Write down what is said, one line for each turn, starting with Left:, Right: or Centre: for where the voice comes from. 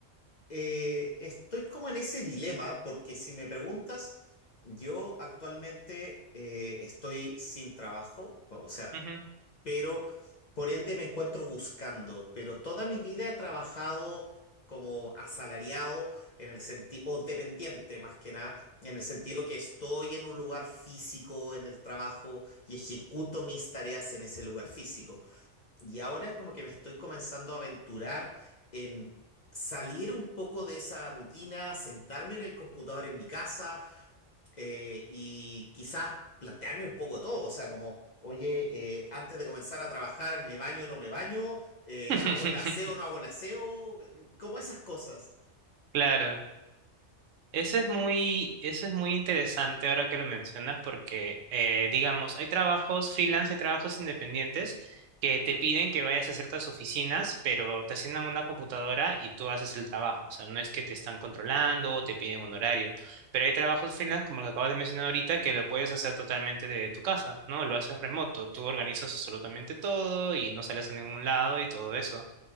Left: Eh, estoy como en ese dilema porque si me preguntas, yo actualmente eh, estoy sin trabajo, o sea,
Right: Ujú,
Left: pero por ende me encuentro buscando, pero toda mi vida he trabajado como asalariado en el sentido, o dependiente más que nada, en el sentido que estoy en un lugar físico en el trabajo y ejecuto mis tareas en ese lugar físico. Y ahora es como que me estoy comenzando a aventurar en salir un poco de esa rutina, sentarme en el computador en mi casa eh, y quizás plantearme un poco todo. O sea, como, oye, eh, antes de comenzar a trabajar, ¿me baño o no me baño? Eh,
Right: mm.
Left: ¿hago el aseo o
Right: <laughs>
Left: no hago el aseo? eh, Como esas cosas.
Right: Claro, eso es muy, eso es muy interesante ahora que lo mencionas porque, eh, digamos, hay trabajos freelance, hay trabajos independientes que te piden que vayas a ciertas oficinas, pero te asignan una computadora y tú haces el trabajo. O sea, no es que te están controlando o te piden un horario, pero hay trabajos freelance, como lo acabas de mencionar ahorita, que lo puedes hacer totalmente de tu casa, ¿no? Lo haces remoto, tú organizas absolutamente todo y no sales a ningún lado y todo eso.